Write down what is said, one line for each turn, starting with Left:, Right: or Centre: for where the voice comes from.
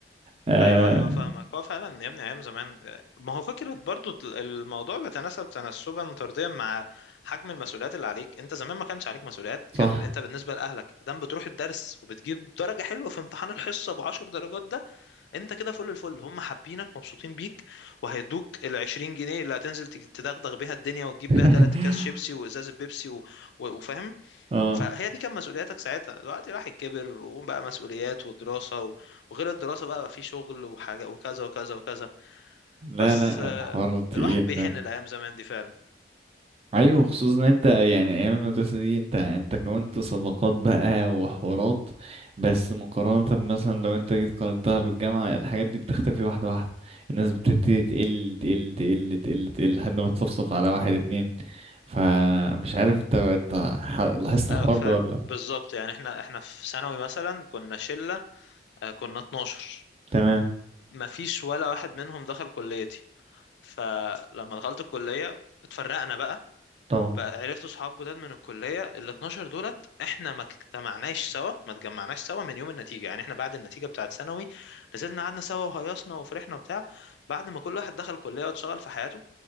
Right: آه
Left: ايوه ايوه فاهمك هو فعلا يا ابني ايام زمان ما هو فكره برضو الموضوع بيتناسب تناسبا طرديا مع حجم المسؤوليات اللي عليك انت زمان ما كانش عليك مسؤوليات
Right: صح
Left: كان انت بالنسبه لاهلك دام بتروح الدرس وبتجيب درجه حلوه في امتحان الحصه ابو 10 درجات ده انت كده فل الفل هم حابينك مبسوطين بيك وهيدوك ال 20 جنيه اللي هتنزل تج- تدغدغ بيها الدنيا وتجيب
Right: <laughs>
Left: بيها ثلاث اكياس شيبسي وازازه بيبسي و... و... وفاهم
Right: اه
Left: فهي دي كان مسؤولياتك ساعتها دلوقتي الواحد كبر وبقى مسؤوليات ودراسة و... وغير الدراسة بقى بقى في شغل وحاجة وكذا وكذا وكذا
Right: لا
Left: بس
Right: لا
Left: آه،
Right: الحوار تقيل
Left: الواحد بيحن الأيام زمان دي فعلا
Right: ايوه خصوصا ان انت يعني ايام المدرسه دي انت انت كونت صداقات بقى وحوارات بس مقارنه مثلا لو انت جيت قارنتها بالجامعه الحاجات دي بتختفي واحده واحده الناس بتبتدي تقل تقل تقل تقل تقل لحد ما تصفصف على واحد اتنين فمش عارف انت انت ح- لاحظت الحوار
Left: أيوة فعلا
Right: ده ولا لأ؟
Left: بالظبط يعني احنا احنا في ثانوي مثلا كنا شلة آه، كنا 12
Right: تمام
Left: مفيش ولا واحد منهم دخل كليتي فلما دخلت الكلية اتفرقنا بقى
Right: طبعا
Left: بقى عرفت صحاب جداد من الكلية ال 12 دولت احنا ما اجتمعناش سوا ما اتجمعناش سوا من يوم النتيجة يعني احنا بعد النتيجة بتاعة ثانوي نزلنا قعدنا سوا وهيصنا وفرحنا وبتاع بعد ما كل واحد دخل كلية واتشغل في حياته